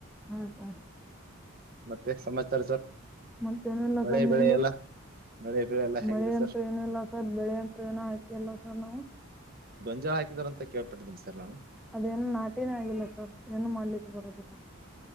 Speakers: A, in the centre; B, on the right.
A: ಹೌ ಸರ್
B: ಮತ್ತೆ ಸಮಾಚಾರ ಸರ್.
A: ಮತ್ತೇನಿಲ್ಲ
B: ಮಳೆ
A: ಸರ್
B: ಬೆಳೆ
A: ನಿಮ್ದು.
B: ಎಲ್ಲ ಮಳೆ ಬೆಳೆ ಎಲ್ಲ ಹೇಗಿದೆ
A: ಮಳೆ
B: ಸರ್
A: ಅಂತು ಏನು ಇಲ್ಲ ಸರ್ ಬೆಳೆ ಅಂತ್ರು ಏನು ಹಾಕಿಲ್ಲ ಸರ್ ನಾವು.
B: ಗೊಂಜಾಳ ಹಾಕಿದ್ರಿ ಅಂತ ಕೇಳ್ಪಟ್ಟಿದ್ನಿ ಸರ್ ನಾನು.
A: ಅದೇನು ನಾಟೀನೇ ಆಗಿಲ್ಲ ಸರ್ ಏನು ಮಾಡ್ಲಿಕ್ಕೆ ಬರುದಿಲ್ಲ.